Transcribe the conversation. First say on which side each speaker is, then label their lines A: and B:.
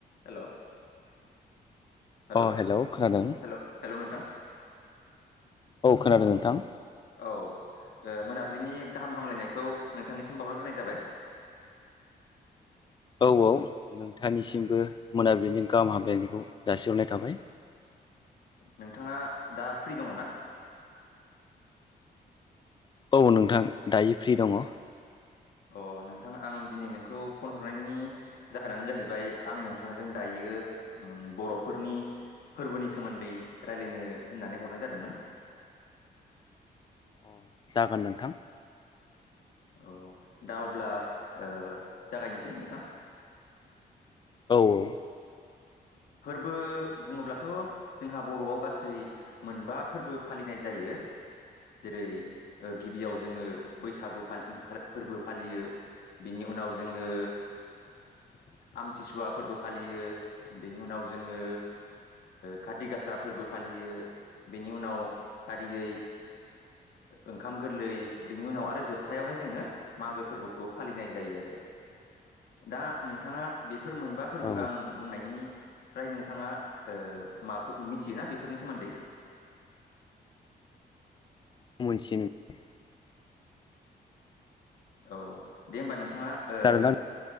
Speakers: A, on the left; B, on the left.
A: hello Hello
B: अ खोनादों
A: hello hello नोंथां
B: औ खोनादों नोंथां
A: औ मोनाबिलिनि गाहाम हामलायनायखौ नोंथांनिसिम बावहरग्रोनाय जाबाय
B: औ औ नोंथांनिसिमबो मोनाबिलिनि गाहाम हामलायनायखौ जासिहरनाय थाबाय
A: नोंथाङा दा फ्रि दङ ना
B: औ नोंथां दायो फ्रि दङ
A: अ नोंथां आं दिनै नोंखौ फन हरनायनि जाहोनानो जाहैबाय आं नोंथांजों दायो बर'फोरनि फोरबोनि सोमोन्दै राय्लायनो होननानै हरनाय जादोंमोन <inaudible>
B: अ जागोन नोंथां
A: औ दा अब्ला ओ जागायनोसै नोंथां
B: औ
A: फोरबो बुङोब्लाथ' जोंहा बर'आव गासै मोनबा फोरबो फालिनाय जायो जेरै गिबियाव जोङो बैसागुलि फोरबो फालियो बिनि नि उनाव जोङो आमथिसुवा फोरबो फालियो बेनि उनाव जोङो खाार्ति गासा फोरबो फालियो बेनि उनाव फारियै ओंखाम गोरलै बिनि उनाव आरो जोबथायावहाय जोङो मागो फोरबोखौ फालिनाय जायो आरो दा नोंथाङा बेफोर मोनबा फोरबो
B: औ
A: आं बुंनायनि फ्राय नोंथाङा माबाखौ मिथियोना बेफोरनि सोमोन्दै <inaudible>
B: <unintelligible>
A: औ दे होमबा नोंथाङा ओ
B: खोनादोंना